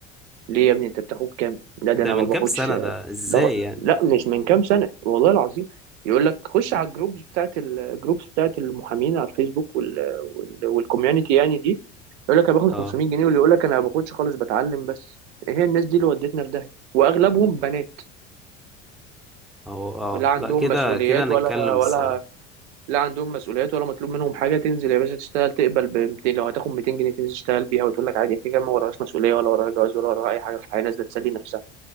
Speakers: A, on the right; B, in the centre.
A: ليه يا ابني انت بتاخد كام لا ده
B: ده
A: انا
B: من
A: ما باخدش
B: كام سنة ده ازاي
A: لا
B: يعني
A: لا مش من كام سنة والله العظيم يقول لك خش على الجروبز بتاعت الجروبز بتاعت المحامين على الفيسبوك وال وال والكوميونتي يعني دي يقول لك انا باخد
B: اه
A: 500 جنيه واللي يقول لك انا ما باخدش خالص بتعلم بس إيه هي الناس دي اللي ودتنا في داهية واغلبهم بنات
B: اه
A: لا
B: اه
A: عندهم
B: لا كده
A: مسؤوليات
B: كده نتكلم
A: ولا ولا
B: الصراحة
A: لا عندهم مسؤوليات ولا مطلوب منهم حاجة تنزل يا باشا تشتغل تقبل ب 200 لو هتاخد 200 جنيه تنزل تشتغل بيها وتقول لك عادي كده كده ما وراهاش مسؤولية ولا وراها جواز ولا وراها اي حاجة في الحياة نازلة تسلي نفسها